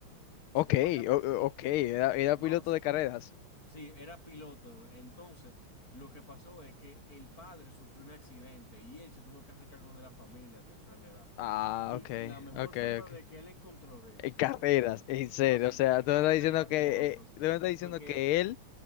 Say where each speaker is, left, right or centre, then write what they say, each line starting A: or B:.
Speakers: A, on the left; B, on the left.
A: Su
B: Ok,
A: papá era,
B: o- o-
A: y-
B: ok, era, era
A: no,
B: piloto
A: sí,
B: de carreras.
A: sí, era piloto. Entonces, lo que pasó es que el padre sufrió un accidente y él se tuvo que hacer cargo de la familia a temprana edad.
B: Ah,
A: Y
B: ok,
A: la mejor
B: ok,
A: forma
B: ok.
A: de que él encontró de,
B: En carreras, en serio.
A: no sé,
B: O sea,
A: de
B: tú
A: carreras
B: me estás diciendo que,
A: de autos,
B: eh,
A: sí.
B: tú me estás diciendo
A: Porque
B: que él,